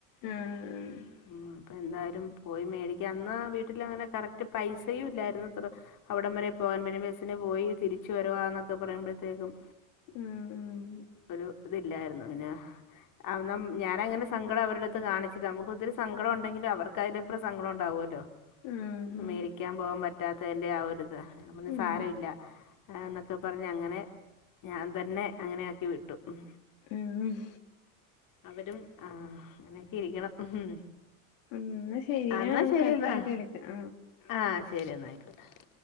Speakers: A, on the left; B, on the left.
A: ആഹ്
B: ഉം ഉം അപ്പൊന്തായാലും പോയി മേടിക്കാ അന്ന് വീട്ടിലങ്ങനെ കറക്റ്റ് പൈസയും ഇല്ലാരുന്നു ഇത്ര അവിടം വരെ പോകാൻ പിന്നെ ബസിന് പോയി തിരിച്ചു വരുവാന്നൊക്കെ പറയുമ്പോഴ്ത്തേക്കും
A: ഉം ഉം
B: ഒരു ഇതില്ലായിര്ന്നു പിന്നെ അതൊന്നും ഞാനങ്ങനെ സങ്കടം അവരെടെടുത്ത് കാണിച്ച്ല്ലാ നമുക്ക് ഒത്തിരി സങ്കടം ഒണ്ടെങ്കിലും അവർ ക്ക്യ്ന്റെപ്രം സങ്കടം ഒണ്ടാവല്ലോ
A: ഉം
B: മേടിക്കാൻ പോവാൻ പറ്റാത്തേന്റെ ആഹ് ഒരിത് ഞാൻ പറഞ്ഞ്
A: ഉം
B: സാരവില്ല ആന്നൊക്കെ പറഞ്ഞങ്ങനെ ഞാൻ തന്നെ അങ്ങനെയാക്കി വിട്ടു ഉം
A: ഉം
B: അവരും ആഹ് അങ്ങനെയൊക്കെ ഇരിക്കണം ഹും
A: ഉം ന്നാ ശരി
B: ആഹ്
A: ഞാൻ
B: ന്നാ ശെരിയെന്നാ
A: കട്ടാക്കി വിളിക്കാം
B: ആഹ് ശെരി എന്നാ ആയിക്കോട്ടെ